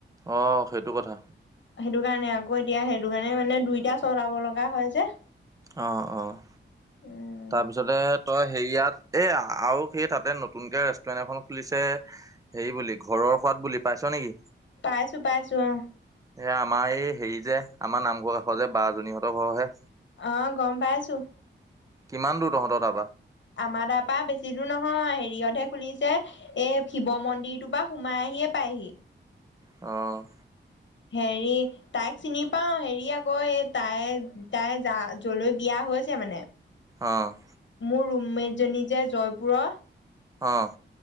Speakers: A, on the right; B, on the left.
A: অ' সেইটো কথা।
B: সেইটো কাৰণে আকৌ, এতিয়া সেইটো কাৰণে মানে দুইটা চলাব লগা হয় যে।
A: অ', অ'।
B: উম
A: তাৰপিছতে তই হেৰিয়াত এ, আৰু সেই তাতে নতুনকে ৰেষ্টুৰেন্ট এখন খুলিছে হে বুলি, ঘৰৰ সোৱাদ বুলি, পাইছ নেকি?
B: পাইছোঁ পাইছোঁ অ'।
A: এয়া আমাৰ এই হেৰি যে, আমাৰ নামঘৰ এষৰ যে বাজনীহঁতৰ ঘৰৰহে।
B: অ' গম পাইছোঁ।
A: কিমান দূৰ তহঁতৰ তাৰপৰা?
B: আমাৰ তাৰপা বেছি দূৰ নহয়, হেৰিয়তহে খুলিছে। এ, শিৱ মন্দিৰটোৰ পৰা সোমাই আহিয়ে পায়হি।
A: অ'।
B: হেৰি তাইক চিনি পাওঁ, হেৰি আকৌ এই তাই তাই যা যলৈ বিয়া হৈছে মানে
A: অ'।
B: মোৰ ৰুমমেটজনী যে জয়পুৰৰ।
A: অ'।